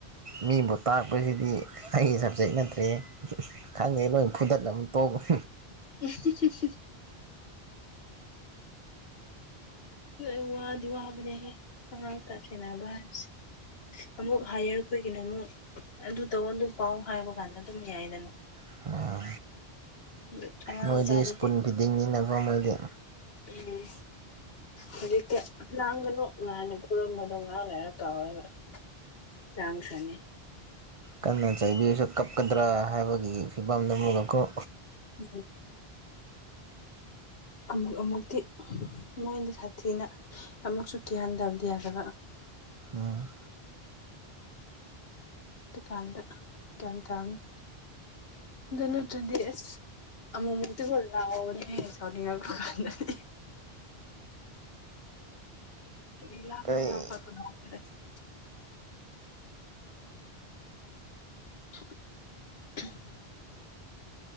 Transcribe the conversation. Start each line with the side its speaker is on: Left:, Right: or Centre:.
Right: ꯃꯤꯕꯨ ꯇꯥꯛꯄꯁꯤꯗꯤ ꯑꯩꯒꯤ ꯁꯕꯖꯦꯛ ꯅꯠꯇ꯭ꯔꯦ ꯈꯪꯗꯦ ꯂꯣꯏꯅ ꯐꯨꯗꯠꯂꯝ ꯇꯣꯛ <unintelligible>
Left: <unintelligible> <unintelligible> ꯋꯥꯗꯤ ꯋꯥꯕꯅꯦꯍꯦ ꯑꯉꯥꯡꯀ ꯁꯦꯟꯅꯕ ꯍꯥꯏꯕꯁꯦ ꯑꯃꯨꯛ ꯍꯥꯏꯌꯔꯈꯣꯏꯒꯤꯅ ꯑꯃꯨꯛ ꯑꯗꯨ ꯇꯧ ꯑꯗꯨ ꯄꯥꯎ ꯍꯥꯏꯕ ꯀꯥꯟꯗ ꯑꯗꯨꯝ ꯌꯥꯏꯗꯅ
Right: <unintelligible>
Left: <unintelligible>
Right: ꯃꯣꯏꯗꯤ
Left: ꯃꯆꯥꯗꯨꯗꯤ
Right: ꯏꯁ꯭ꯄꯨꯟ ꯐꯤꯗꯤꯡꯅꯤꯅ ꯀ‌ꯣ ꯃꯣꯏꯗꯤ
Left: ꯎꯝ ꯍꯧꯖꯤꯛꯇ ꯂꯥꯡꯒꯅꯣ ꯒꯥꯏꯅ ꯐꯨꯔꯝꯕꯗꯣ ꯉꯍꯥꯛ ꯂꯩꯥꯏꯔ ꯀꯥꯎꯔꯒ ꯔꯥꯡ ꯈꯅꯤ
Right: ꯀꯟꯅ ꯆꯩꯥꯕꯤꯔꯁꯨ ꯀꯞꯀꯗ꯭ꯔꯥ ꯍꯥꯏꯕꯒꯤ ꯐꯤꯕꯝꯗꯅ‌ꯦꯕꯀ‌ꯣ
Left: ꯎꯝ ꯑꯃꯨꯛ ꯑꯃꯨꯛꯇꯤ ꯃꯣꯏꯅ ꯁꯥꯊꯤꯅ ꯑꯃꯨꯛꯁꯨ ꯀꯤꯍꯟꯗꯕꯗꯤ ꯌꯥꯗꯕ
Right: ꯎꯝ
Left: ꯗꯨꯀꯥꯟꯗ ꯒ꯭ꯌꯥꯟ ꯇꯥꯔꯅꯤ ꯑꯗꯨ ꯅꯠꯇ꯭ꯔꯗꯤ ꯑꯁ ꯑꯃꯨ ꯃꯨꯛꯇꯤꯀꯣ ꯂꯥꯎꯕꯅꯤꯍꯦ ꯁꯥꯎꯅꯤꯡꯕꯀꯥꯟꯗꯗꯤ ꯀꯔꯤ ꯂꯥꯡꯕꯅꯣ
Right: ꯑꯩ
Left: <unintelligible> <unintelligible>